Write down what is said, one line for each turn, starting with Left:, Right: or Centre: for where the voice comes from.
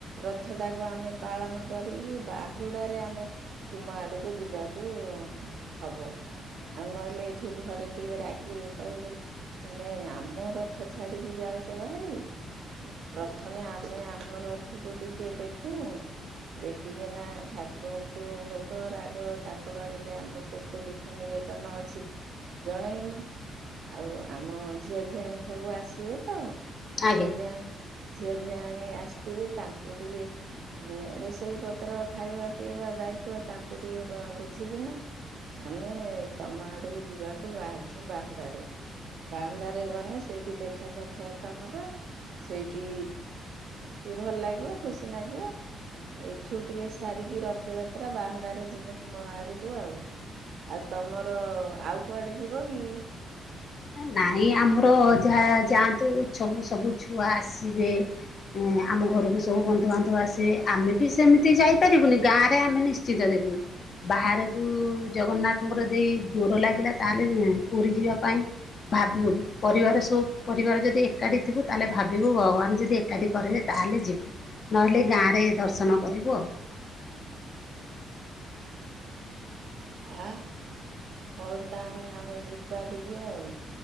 Right: ରଥଟାକୁ ଆମେ ପାଳନ କରିକି ବାହୁଡାରେ ଆମେ ତୁମ ଆଡକୁ ଯିବାକୁ ହବ। ଆଉ ନହେଲେ ଏଇଠି ଘରେ ଟିକେ ରାଗିବେ କହିବେ ତୁମେ ଆମ ରଥ ଛାଡିକି ଯାଉଚ ବାହାରି? ପ୍ରଥମେ ଆମେ ଆମ ରଥକୁ ଟିକେ ଦେଖିବୁଁ ଦେଖିକିନା ଠାକୁରଙ୍କୁ ଭୋଗ ରାଗ ତାଙ୍କ ପାଖରେ ଆମର କେତେ ଦୁଃଖ ନିଇକି ନ ଅଛି ଜଣେଇମୁ। ଆଉ ଆମ ଝିଅଝିଆଣି ସବୁ ଆସିବେ ତ
Left: ଆଜ୍ଞା।
Right: ଝିଅ ଝିଆଣି ଝିଅ ଝିଆଣି ଆସିଥିବେ ତାଙ୍କୁ ଟିକେ ହୁଁ ରୋଷେଇ ସେଇ ପତ୍ର ଖାଇବା ପିଇବା ଦାୟିତ୍ଵ ତାଙ୍କୁ ଟିକେ କ କ ବୁଝିକିନା ଆମେ ତମ ଆଡକୁ ଯିବାକୁ ବାହାରିଚୁ ବାହୁଡାରେ। ବାହୁଡାରେ ଗନେ ସେଇଠି ଦେଖା ସାକ୍ଷାତ ହବା। ସେଇଠି ଟିକେ ଭଲ ଲାଗିବ ଖୁସି ନାଗିବ। ଏଠୁ ଟିକେ ସାରିକି ରଥଯାତ୍ରା ବାହୁଡାରେ ଯିମୁ ତୁମ ଆଡକୁ ଆଉ। ଆଉ ତମର ଆଉ କୁଆଡେ ଯିବ କି?
Left: ନାଇଁ ଆମର ଯାହା ଯାଆନ୍ତୁ ଛବୁ ସବୁ ଛୁଆ ଆସିବେ ଏଁ ଆମ ଘରକୁ ସବୁ ବନ୍ଧୁ ବାନ୍ଧବ ଆସିବେ, ଆମେ ବି ସେମିତି ଯାଇପାରିବୁନି ଗାଁ ରେ ଆମେ ନିଶ୍ଚିିତ ଦେଖିବୁ। ବାହାରକୁ ଜଗନ୍ନାଥଙ୍କର ଦେଇ ଡୋର ଲାଗିଲା ତାହେଲେ ପୁରୀ ଯିବା ପାଇଁ ଭାବିବୁ ପରିବାର ସୋ ପରିବାର ଯଦି ଏକାଠି ଥିବୁ ତାହେଲେ ଭାବିବୁ ଭଗବାନ ଯଦି ଏକାଠି କରେଇବେ ତାହେଲେ ଯିବୁ। ନହେଲେ ଗାଁରେ ଦର୍ଶନ କରିବୁ ଆଉ।
Right: ଆ ହଉ ତାହାନେ ଆମେ ଯିବା ଟିକେ ଆଉ।